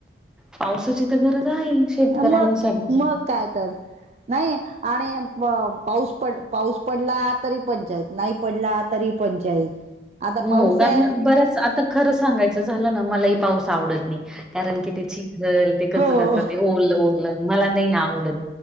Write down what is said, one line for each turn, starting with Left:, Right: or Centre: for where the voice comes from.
Centre: पावसाची तर गरज आहे शेतकऱ्यांसाठी.
Right: मग मग काय तर. नाही आणि पाऊस पड पाऊस पडला तरी पंचायत नाही पडला तरी पंचायत. आता
Centre: हो
Right: पाऊस
Centre: कारण
Right: आहे
Centre: बर्याच आता खरं सांगायचं झालं ना मला ही पाऊस आवडत नाही. कारण की ते चिखल ते कचकच
Right: हो
Centre: ते ओढलं ओलं मला नाही आवडत.